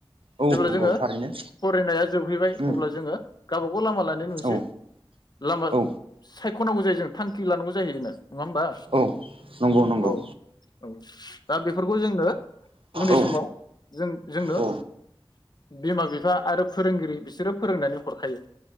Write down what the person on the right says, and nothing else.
औ
नंगौ
थारैनो
उम
औ
औ
औ नंगौ नंगौ।
औ
औ